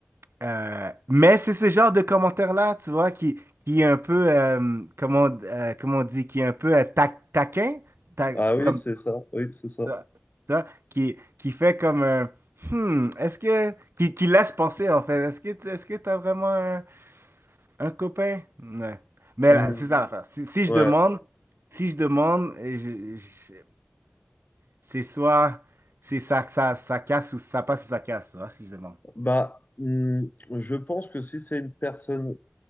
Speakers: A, on the right; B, on the left.
A: Euh, mais c'est ce genre de commentaire-là, tu vois, qui, qui est un peu, euh, comment, euh, comment on dit, qui est un peu euh, ta- taquin, ta-
B: Ah oui,
A: comme
B: c'est ça, oui, c'est ça.
A: ça, tu vois, qui, qui fait comme un, Hmm, est-ce que, qui, qui laisse penser, en fait, est-ce que, tu- est-ce que t'as vraiment un, un copain? Ouais. Mais
B: Hmm.
A: là, c'est ça l'affaire. Si, si
B: Ouais,
A: je demande, si je demande, je- je- c'est soit, c'est ça, ça, ça casse ou ça passe ou ça casse, tu vois, si je demande.
B: Bah, hum, je pense que si c'est une personne,